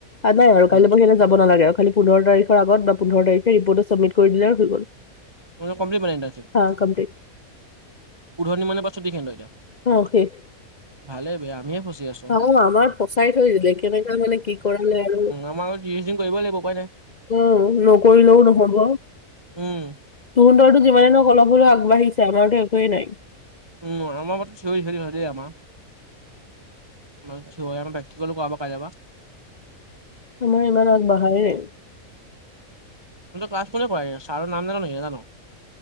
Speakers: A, on the left; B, on the right.
A: আৰু নাই আৰু
B: উম,
A: কাইলৈ পৰহিলৈ যাব নালাগে, খালী পোন্ধৰ তাৰিখৰ আগত বা পোন্ধৰ তাৰিখে ৰিপটটো চাবমিট কৰি দিলে হৈ গ'ল।
B: মই ত কম্প্লিট বনাম তাৰপিছত
A: আ কমপ্লিট।
B: উধৰ নি মানৰ পা চুটিখিনি এতিয়া
A: অ শেষ
B: ভালে বে আমিয়ে ফচি আছো।
A: অ আমাৰ ফচাই থৈ দিলে। কেনেকে মানে কি কৰালে আৰু।
B: এমাহৰ ত্ৰিচদিন কৰিব লাগিব উপাই নাই।
A: উম নকৰিলেও নহব।
B: উম।
A: তহঁতৰতো যিমানে হওক অলপ হ'লেও আগবাঢ়িছে। আমাৰতো একোৱেই নাই।
B: উম আমাৰ <unintelligible> আমাৰ মানে থিওৰি, আকৌ প্ৰেক্টিকেলো কৰাব কাইলৈৰ পৰা।
A: আমাৰ ইমান আগবাঢ়াই নাই।
B: তহঁতৰ ক্লাছ কোনে কৰাই‌ ছাৰৰ নাম জান নেকি নে নাজান?